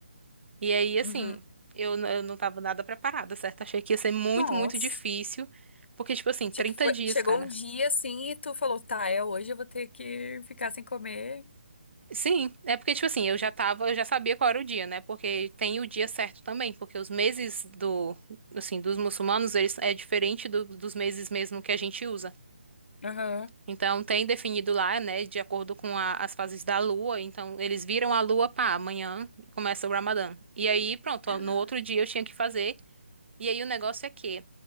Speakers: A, on the right; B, on the left.
A: E aí, assim,
B: Uhum.
A: eu, n- eu não tava nada preparada, certo? Achei que ia ser muito,
B: Nossa.
A: muito difícil. Porque, tipo assim,
B: Tipo,
A: 30
B: foi-
A: dias,
B: chegou
A: cara.
B: um dia assim e tu falou, tá, é hoje eu vou ter que ficar sem comer.
A: Sim, é porque, tipo assim, eu já tava, eu já sabia qual era o dia, né? Porque tem o dia certo também, porque os meses do, assim, dos muçulmanos, eles é diferente do- dos meses mesmo que a gente usa.
B: Aham.
A: Então, tem definido lá, né, de acordo com a- as fases da lua. Então, eles viram a lua, pá, amanhã começa o Ramadã. E aí, pronto,
B: <gasps>
A: no outro dia eu tinha que fazer. E aí, o negócio é que